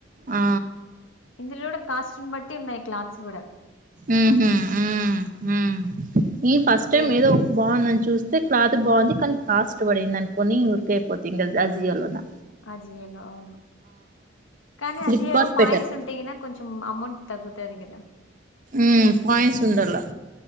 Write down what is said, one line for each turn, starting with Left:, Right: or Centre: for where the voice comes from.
Right: ఆ
Left: ఇందుల్గూడ కాస్టను బట్టి ఉన్నాయి క్లాత్స్ గూడా
Right: ఊ ఉ ఊ ఉ ఈ ఫస్ట్ టైమ్
Left: ఏ
Right: ఏదో
Left: ఏ-
Right: బావుందని చూస్తే క్లాత్ బావుంది కనీ కాస్ట్ బడిందనుకోని ఊరికే అయిపోతంది ఇం ఆ జియోలోనా
Left: అజియోలో అవును కానీ
Right: ఫ్లిప్కార్ట్
Left: ఆ జియోలో పాయింట్స్
Right: బెటర్
Left: ఉంటాయేన కొంచం అమౌంట్ తగ్గుతది గదా
Right: ఊ పాయింట్స్ ఉండాల